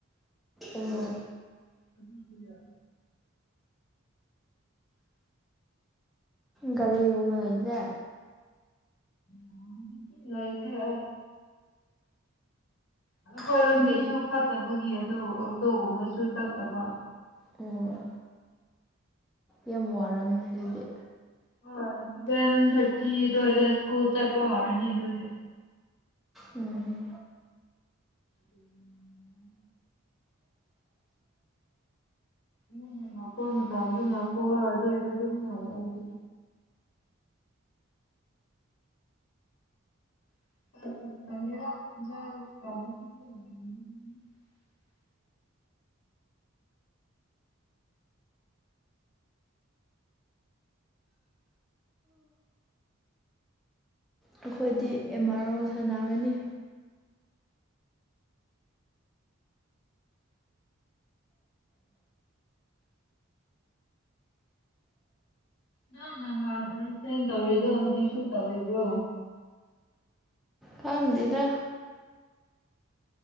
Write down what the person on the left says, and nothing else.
ꯑꯗꯨ ꯂꯩ
ꯒꯥꯔꯤꯗꯤ ꯂꯩꯇꯔꯦ ꯑꯩꯈꯣꯏ
ꯂꯝꯕꯤꯁꯨ ꯐꯠꯇꯕꯒꯤ ꯑꯣꯇꯣ ꯑꯣꯇꯣꯒꯨꯝꯕꯁꯨ ꯆꯠꯇꯕ
ꯍꯣꯏ ꯁꯚꯦꯟ ꯊꯥꯔꯇꯤ ꯑꯗꯨꯋꯥꯏꯗ ꯁ꯭ꯀꯨꯜ ꯆꯠꯄ ꯍꯧꯔꯅꯤ ꯑꯗꯨꯗꯤ
ꯎꯝ ꯌꯨꯝ ꯂꯥꯛꯄ ꯃꯇꯝꯗꯅ ꯀꯣ ꯑꯗꯨꯋꯥꯏꯗ ꯑꯗꯨꯝ ꯍꯜꯂꯛꯑꯦ ꯑꯗꯨ ꯖ <unintelligible>
ꯅꯪ ꯍꯥꯟꯅ ꯑꯣꯔꯤꯐꯂꯦꯝ ꯇꯧꯔꯤꯗꯣ ꯍꯧꯖꯤꯛꯁꯨ ꯇꯧꯔꯤꯕꯣ